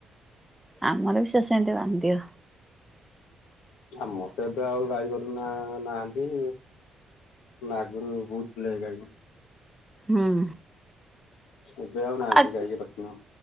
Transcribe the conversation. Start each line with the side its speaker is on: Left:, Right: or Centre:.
Centre: ଆମର ବି ସେ ସେମିତି ବାନ୍ଧିଅ।
Left: ଆଉ ମତେ ଏବେ ଆଉ ଗାଈ ନା ନାହାନ୍ତି ଆଗରୁ ବହୁତଥିଲେ ଗାଈ
Centre: ହଁ
Left: ଏବେ ଆଉ ନାହାନ୍ତି
Centre: ଆ
Left: ଗାଈ ରଖିନୁ